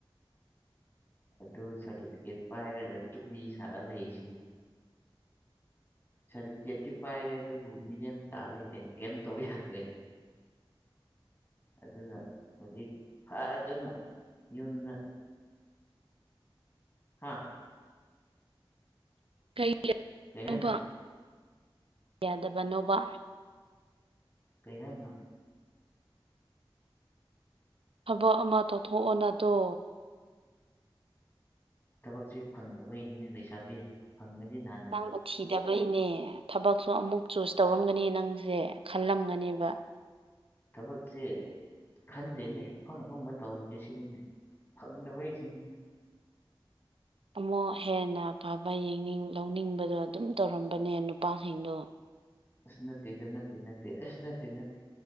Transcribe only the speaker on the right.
ꯀꯩꯅꯣꯕ
ꯌꯥꯗꯕꯅꯣꯕ
ꯊꯕꯛ ꯑꯃ ꯇꯧꯊꯣꯛꯑꯣꯅꯗꯣ
ꯅꯪꯕ ꯊꯤꯗꯥꯕꯩ ꯏꯅꯦ ꯊꯕꯛꯁꯨ ꯑꯃꯨꯛ ꯆꯨꯁ ꯇꯧꯔꯝꯒꯅꯤ ꯅꯪꯁꯦ ꯈꯜꯂꯝꯒꯅꯦꯕ
ꯑꯃꯨꯛ ꯍꯦꯟꯅ ꯐꯕ ꯌꯦꯡꯅꯤꯡ ꯂꯧꯅꯤꯡꯕꯗꯣ ꯑꯗꯨꯝ ꯇꯧꯔꯝꯕꯅꯦ ꯅꯨꯄꯥꯁꯤꯡꯗꯣ꯫